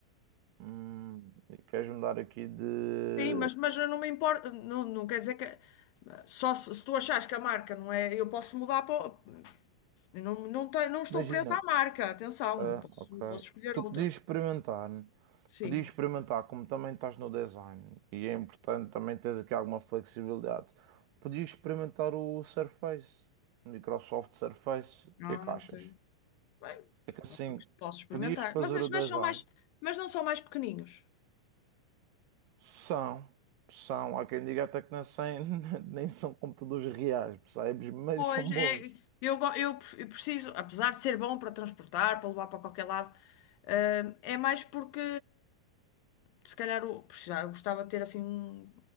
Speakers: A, on the right (about 80°); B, on the left (about 80°).
A: Hum, e queres mudar aqui de.
B: Sim, mas, mas eu não me importa, não, não quer dizer que. eh, Só se, se tu achares que a marca não é, eu posso mudar para. Eu não, não, tenho- não estou
A: Imagina,
B: presa à marca, atenção,
A: Ah,
B: eu posso,
A: ok.
B: eu posso escolher
A: Tu
B: outra.
A: podias experimentar, né?
B: Sim.
A: podias experimentar, como também estás no design, e é importante também teres aqui alguma flexibilidade, podias experimentar o Surface, o Microsoft Surface, o
B: Ah,
A: que é que achas?
B: ok. Bem,
A: É que assim,
B: posso experimentar.
A: podias fazer
B: Mas, mas,
A: o design,
B: mas são mais, mas não são mais pequeninos.
A: são, são, há quem diga até que nem, sem- <laughs> nem são computadores reais, percebes? Mas
B: Pois,
A: são
B: é,
A: bons.
B: eu, go- eu pre- eu preciso, apesar de ser bom para transportar, para levar para qualquer lado, eh, é mais porque se calhar eu, precisava, eu gostava de ter assim um,